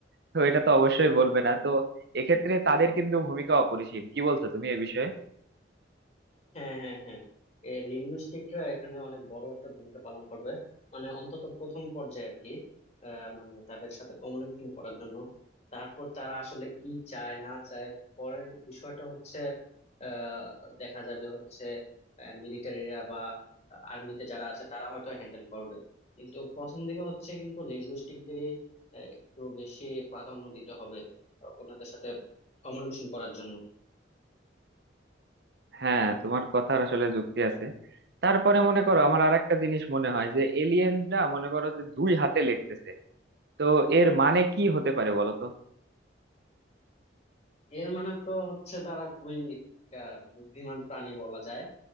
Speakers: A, on the right; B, on the left.
A: তো এটা তো অবশ্যই বলবে না তো এক্ষেত্রে তাদের কিন্তু ভূমিকা অপরিসীম কি বলছো তুমি এ বিষয়ে
B: হ্যাঁ হ্যাঁ হ্যাঁ এ লিঙ্গুইস্টিকরা এখানে অনেক বড় একটা ভূমিকা পালন করবে মানে অন্তত প্রথম পর্যায়ে আর কি আহ, মানে তাদের সাথে কমিউনিকেশন করার জন্য তারপর তারা আসলে কি চায় না চায় পরের বিষয়টা হচ্ছে আহ, দেখা যাবে হচ্ছে মিলিটারিরা বা আর্মিতে যারা আছে তারা হয়তো হ্যান্ডেল করবে কিন্তু প্রথম দিকে হচ্ছে কিন্তু লিঙ্গুইস্টিকদেরই একটু বেশি প্রাধান্য দিতে হবে আহ, ওনাদের সাথে কমিউনিকেশন করার জন্য
A: হ্যাঁ তোমার কথার আসলে যুক্তি আছে তারপরে মনে করো আমার আর একটা জিনিস মনে হয় যে এলিয়েনরা মনে করো যে দুই হাতে লিখতেছে তো এর মানে কি হতে পারে বলো তো
B: এর মানে তো হচ্ছে তারা খুবই একটা বুদ্ধিমান প্রাণী বলা যায়